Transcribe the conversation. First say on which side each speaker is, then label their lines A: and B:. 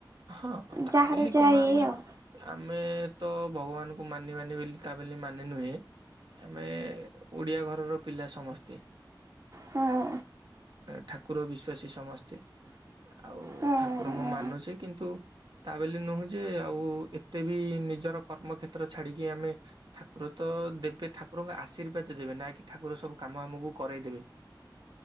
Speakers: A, on the right (about 70°); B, on the right (about 45°).
A: ହଁ ତା
B: ଯାହାର
A: ବୋଲିି
B: ଯାହା
A: କଣ
B: ଇଏ
A: ଆମେ
B: ଆଉ
A: ଆମେ ତ ଭଗବାନଙ୍କୁ ମାନି ମାନି ବୋଲି ତା ବୋଲି ମାନେ ନୁହେଁ ଆମେ ଓଡ଼ିଆ ଘରର ପିଲା ସମସ୍ତେ
B: ହଁ।
A: ଅ ଠାକୁର ବିଶ୍ଵାସୀ ସମସ୍ତେ ଆଉ
B: ହୁଁ
A: ଠାକୁରଙ୍କୁ
B: ହୁଁ
A: ମାନୁଛି କିନ୍ତୁ ତା ବୋଲି ନୁହେଁ ଯେ ଆଉ ଏତେ ବି ନିଜର କର୍ମକ୍ଷେତ୍ର ଛାଡିକି ଆମେ ଠାକୁର ତ ଦେବେ ଠାକୁରଙ୍କ ଆଶୀର୍ବାଦ ଦେବେ ନା କି ଠାକୁର ସବୁ କାମ ଆମକୁ କରାଇଦେବେ